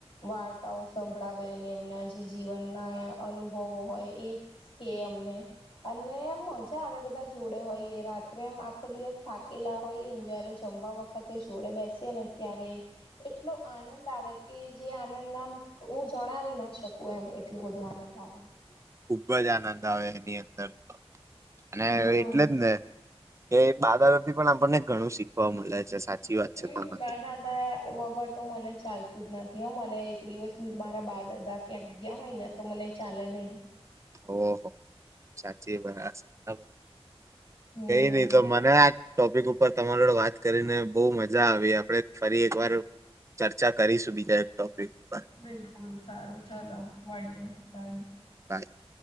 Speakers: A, on the left; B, on the right.
A: વાર્તાઓ સંભળાવે અને એ જે જીવન ના અનુભવો હોય એ કે અમને અને મજા મે બધા જોડે હોઈએ રાત્રે એમ આખો દિવસ થાકેલા હોય જયારે જમવા વખતે જોડે બેસી ને ત્યારે એટલો આનંદ આવે કે જે આનંદ આમ હું જણાવી ના શકું એમ એટલું બધું આનંદ આવે
B: ખુબજ આનંદ આવે એની અંદર તો અને
A: હમ
B: એટલે ને એ બાદાદાથી પણ આપણને ઘણું શીખવા મળે છે સાચી વાત
A: હમ
B: છે તેથી
A: બા દાદા વગર તો મને ચાલતું જ નથી મને એક દિવસ બી મારા બા દાદા ક્યાંક ગયા હોય ને તો મને ચાલે નહી
B: ઓહ સાચી બરાબર
A: હમ
B: કઈ નહી તો મને આ ટોપિક ઉપર તમારો વાત કરીને બહુ મજા આવી આપડે ફરી એકવાર ચર્ચા કરીશું બીજા એક ટોપિક પર
A: બિલકુલ સારું ચાલો મળીએ બાય.
B: <unintelligible>